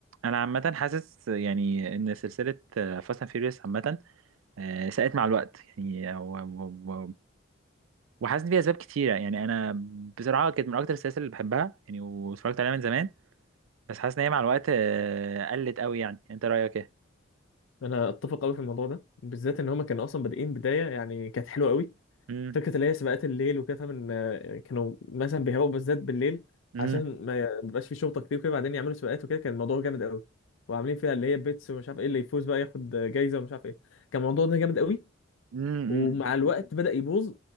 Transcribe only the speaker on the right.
انا عامه حاسس يعني ان سلسله فاست اند فيوريوس عامه آه، ساءت مع الوقت يعني و- و- و- وحاسس بيها اسباب كتيره يعني انا بصراحه كانت من اكتر السلاسل اللي بحبها يعني واتفرجت عليها من زمان بس حاسس ان هي مع الوقت آه، قلت قوي يعني يعني انت رايك ايه
امم
امم
امم